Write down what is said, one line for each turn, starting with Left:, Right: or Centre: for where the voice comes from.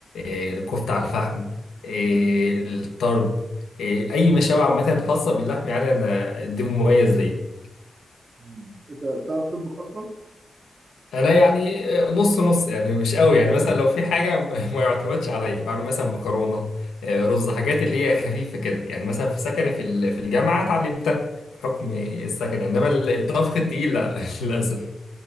Left: آه، كفته على الفحم آه، الطرب آه، اي مشاوي عامه خاصه باللحم يعني انا دي مميز ليا
Right: مم. انت بتعرف تطبخ اصلا
Left: انا يعني آه، نص نص يعني مش قوي يعني مثلا لو في حاجه <laughs> ما يعتمدش عليا بعمل مثلا مكرونه آه،
Right: مم.
Left: رز حاجات اللي هي خفيفه كده يعني مثلا في سكني في ال- في الجامعه اتعلمتها بحكم السكن
Right: مم.
Left: انما الطبخ التقيل لا <laughs> للاسف